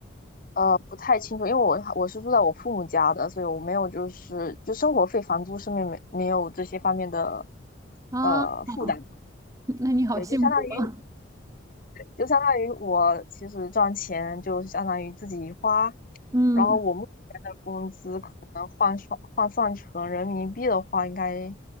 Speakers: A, on the left; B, on the right.
A: 呃，不太清楚，因为我我是住在我父母家的，所以我没有就是就生活费、房租上面没没有这些方面的
B: 啊，
A: 呃负担。
B: <laughs> 那你好幸福啊
A: 对，就相当于就相当于我其实赚钱就相当于自己花，
B: <laughs>！嗯，
A: 然后我目前的工资可能换算换算成人民币的话，应该